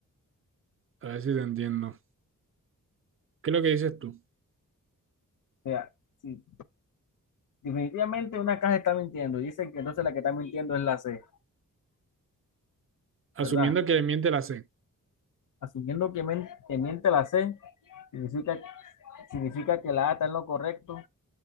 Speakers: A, on the right; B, on the left.
A: a ver si te entiendo. ¿Qué es lo que dices tú?
B: O sea, si definitivamente una caja está mintiendo y dicen que entonces la que está mintiendo es la C.
A: Asumiendo
B: ¿verdad?
A: que le miente la C.
B: Asumiendo que, men- que miente la C, significa, significa que la A está en lo correcto